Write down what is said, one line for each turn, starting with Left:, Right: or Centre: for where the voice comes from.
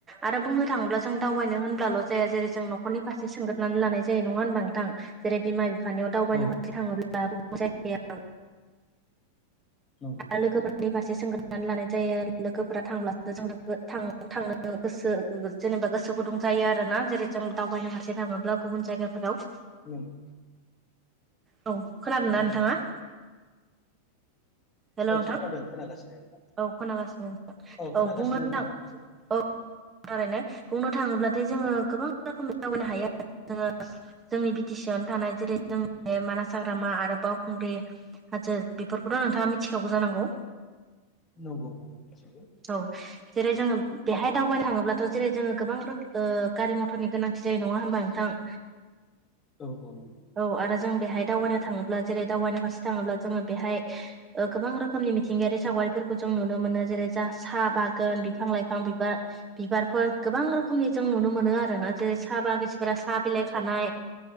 Right: आरो बुंनो थाङोब्ला जों दावबायनो होनब्लाल' जाया जेरै जों न'खरनि फारसे सोंगोरनानै लानाय जायो नङा होनबा नोंथां? जेरै बिमा बिफानियाव दावबायनो
Left: औ
Right: खाथि थाङोब्ला गुबुन जायगायाव
Left: नंगौ।
Right: लोगोफोरनि फारसे सोंग्रोनानै लानाय जायो लोगोफोरा थांब्लासो जोंनाबो थां थांनो गोसो जेनेबा गोसो गुदुं जायो आरोना जेरै जों दावबायनो फारसे थाङोब्ला गुबुन जायगाफोराव
Left: नंगौ
Right: औ खोनादों ना
Left: नंगौ
Right: नोंथाङा? हेल'
Left: औ
Right: नोंथां
Left: खोनादों खोनागासिनो नोथां
Right: औ खोनागासिनो
Left: औ खोनागासिनो
Right: बुंनो
Left: नोंथां
Right: थां
Left: आं।
Right: औ थारैनो बुंनो थाङोब्लाथाय जोङो गोबां रोखोमनि दावबायनो हायो आरो जोङो जोंनि बि टि सि आवनो थानाय जेरै जोंनि मानास हाग्रामा आरो बावखुंग्रि हाजो बेफोरखौथ' नोंथाङा मिथिखागौ जानांगौ?
Left: नंगौ नंगौ मिथिगो।
Right: औ जेरै जोङो बेहाय दावबायनो थाङोब्लाथ' जेरै जोङो गोबां रोख ओ गारि मथरनि गोनांथि जायो नङा होमबा नोंथां?
Left: औ औ नंगौ।
Right: औ आरो जों बेहाय दावबायनो थाङोब्ला जेरै दावबायनो फारसे थाङोब्ला जोङो बेहाय ओ गोबां रोखोमनि मिथिंगायारि सावगारिफोरखौ जों नुनो मोनो जेरै जा साहा बागोन, बिफां लाइफां, बिबार बिबारफोर गोबां रोखोमनि जों नुनो मोनो आरो ना जेरै साहा बागिसि फोरा साहा बिलाइ खानाय
Left: औ